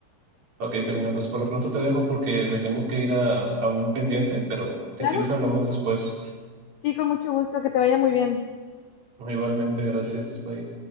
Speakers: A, on the right (about 35°); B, on the left (about 85°).
A: Ok, Karina, pues por lo pronto te dejo porque me tengo que ir a, a un pendiente, pero si
B: Claro,
A: quieres hablamos después.
B: sí, con mucho gusto, que te vaya muy bien.
A: Igualmente, gracias, bye.